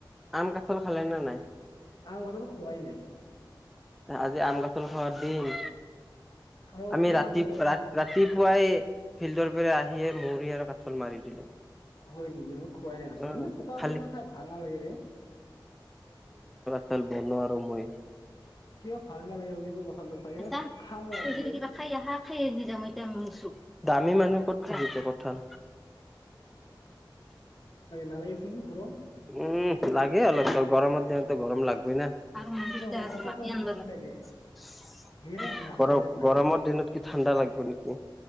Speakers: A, in the centre; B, on the left.
A: আম কেই ফাল খালে নে নাই?
B: আহ অলপ খোৱাই নাই
A: আজি আম কঁঠাল খাৱাৰ দিন।
B: অ
A: আমি
B: কিবা
A: ৰাতি
B: হয়
A: ৰাতিপুৱাই ফিল্ডৰ পৰা আহিয়ে মড়ি আৰু কাচ কল মাৰি দিলো
B: হয় নেকি মই খুৱাই নাই কঠাল
A: অ
B: মানে পকা
A: খালি
B: কঠাল খাই ভাল নালাগে দে‌
A: ফাল বনো আৰু মই।
B: কিয় ভাল নালাগে কিবা কঁঠালটো খাই কিনে
A: আছা
B: খাম ৰ
A: ত
B: আজি
A: যদি কিবা খাই আহ হা খাই নিজামেইদাম দামী মানুহ কত খাবিজে কঠাল।
B: নালাগে চোন ঘৰত।
A: উম লাগে অলপ গৰমৰ দিনতো গৰম লাগবই ন। আৰু মন্দিৰতে
B: নহয়,
A: আছো
B: কঁঠাল
A: ম
B: খালে
A: ই
B: বেছি
A: ল লাগে।
B: লাগে সেয়ে নাখাওৱে
A: গৰম
B: প্ৰায়
A: গৰমৰ দিনত কি ঠাণ্ডা লাগিব নেকি।